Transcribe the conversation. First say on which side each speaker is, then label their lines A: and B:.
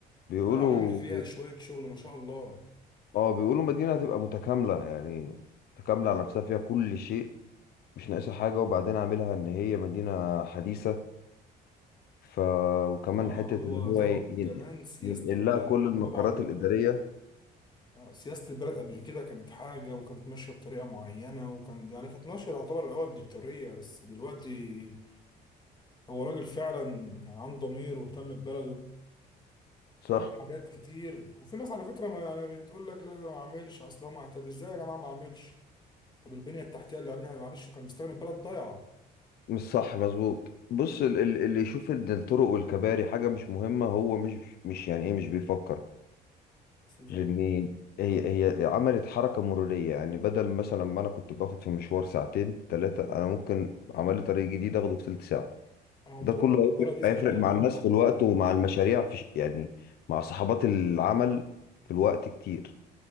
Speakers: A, on the left; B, on the left.
A: بيقولوا
B: لا لا عامل فيها شوية شغل ما شاء الله
A: اه بيقولوا مدينة هتبقى متكاملة يعني متكاملة على نفسها فيها كل شيء مش ناقصها حاجة وبعدين عاملها إن هي مدينة حديثة ف وكمان
B: اه آه،
A: حتة
B: هو
A: إن هو
B: ظبط
A: ينقل
B: كمان سياسة
A: ينقل
B: البلد
A: لها كل المقرات
B: طبعا انت
A: الإدارية
B: آه، سياسة البلد قبل كده كانت حاجة وكانت ماشية بطريقة معينة وكان يعني كانت ماشية تعتبر الأول ديكتاتورية بس دلوقتي هو راجل فعلا عنده ضمير واهتم ببلده
A: صح
B: عامل حاجات كتير وفي ناس على فكرة ما يعني بتقول لك لا ده ما عملش أصل هو ما- طب إزاي يا جماعة ما عملش طب البنية التحتية اللي عاملها معلش كان مستخدم البلد ضايعة
A: مش صح مظبوط بص ال- ال- اللي يشوف إن الطرق والكباري حاجة مش مهمة هو مش مش يعني إيه مش بيفكر
B: أصل إزاي
A: لان هي هي عملت حركه مروريه يعني بدل مثلا ما انا كنت باخد في مشوار ساعتين ثلاثه انا ممكن عمل لي طريق جديد اخده في ثلث ساعه
B: أنا
A: ده
B: كنت
A: كله
B: بروح القاهرة
A: هيفرق
B: دي زمان
A: هيفرق مع الناس
B: أنا
A: في الوقت
B: أنا برضه
A: ومع
B: من-
A: المشاريع في ش- يعني مع صحابات العمل في الوقت كتير